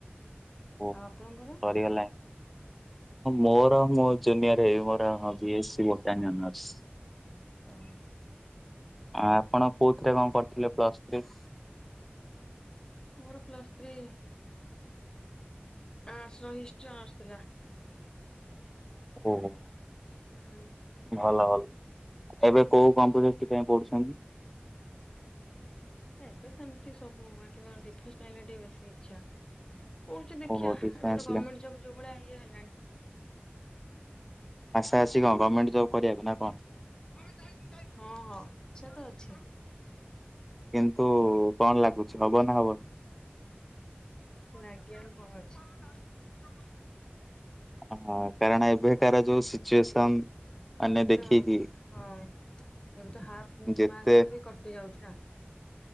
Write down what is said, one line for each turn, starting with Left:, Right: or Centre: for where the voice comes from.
Centre: ଉଃ
Left: ଆଉ ଆପଣଙ୍କର?
Centre: ସରିଗଲା। ମୋର ମୁଁ ଜୁନିୟର ହେବି ମୋର ବି ଏସ୍ ସି <unintelligible>
Left: ଓହ
Centre: ଆ ଆପଣ କୋଉଥିରେ କଣ କରିଥିଲେ ପ୍ଲସ୍ ଥ୍ରୀ?
Left: ମୋର ପ୍ଲସ୍ ଥ୍ରୀ। ଆଟ୍ସ ର ହିଷ୍ଟ୍ରି ଆସ୍ ଥିଲା।
Centre: ଓହୋ।
Left: ହୁଁଁ।
Centre: ଭଲ ଭଲ ଏବେ କୋଉ କମ୍ପିଟିଟେଭ୍ ପାଇଁ ପଢୁଛନ୍ତି?
Left: ଏବେ ସେମିତି ସବୁ ବାକି ମୋର ଡିଫେନ୍ସ ଲାଇନ୍ ରେ ଟିକେ ବେଶୀ ଇଚ୍ଛା। ପଢୁଚି ଦେଖିବା
Centre: ଓହୋ ଡିଫେନ୍ସ
Left: ଏବେ ତ ଗମେଣ୍ଟ
Centre: ଲାଇନ୍
Left: ଜବ୍ ଯୋଉ ଭଳିଆ ଇଏ ହେଲାଣି।
Centre: ଆସା ଆସି କ ଗମେଣ୍ଟ ଜବ କରିବାକୁ ନା କଣ।
Left: ହଁ ହଁ ଇଛା ତ ଅଛି।
Centre: କିନ୍ତୁ କଣ ଲାଗୁଛି ହବ ନା ହବନି।
Left: ନାଗିବ ର କଣ ଅଛି।
Centre: ହଁ କାରଣ ଏବେକାର ଯୋଉ ସିଚୁଏସନ। ମାନେ ଦେଖିକି
Left: ତମ୍ ହଁ ଏବେ ତ ହା
Centre: ଯେତେ
Left: ମାର୍କ ର ବି କଟି ଯାଉଛି ନା।